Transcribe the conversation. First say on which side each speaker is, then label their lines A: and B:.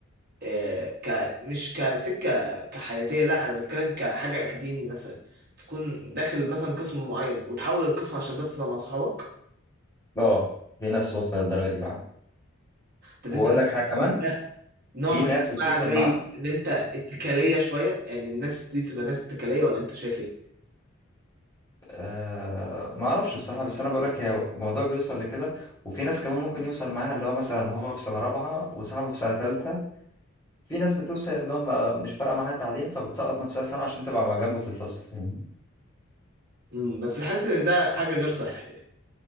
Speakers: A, on the right; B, on the left.
A: آه، ك مش كسكه كحياتيه لا انا بتكلم كحاجه اكاديمي مثلا تكون داخل مثلا قسم معين وتحول القسم عشان بس تبقى مع اصحابك
B: اه في ناس وصلت للدرجة دي بقى
A: طب
B: واقول
A: انت بتشوف
B: لك حاجة كمان
A: ان ده نوع
B: في
A: من
B: ناس بتوصل
A: انواع زي
B: معاهم
A: ان انت اتكاليه شويه يعني الناس دي تبقى ناس اتكاليه ولا انت شايف ايه؟
B: آه ما اعرفش بصراحة بس انا بقول لك هي الموضوع بيوصل لكده وفي ناس كمان ممكن يوصل معاها اللي هو مثلا هو في سنة رابعة وصاحبه في سنة ثالثة في ناس بتوصل انهم مش فارقه معاها التعليم فبتسقط نفسها سنه عشان تبقى مع جنبه في الفصل فاهمني
A: مم. بس بحس ان ده حاجه غير صحيه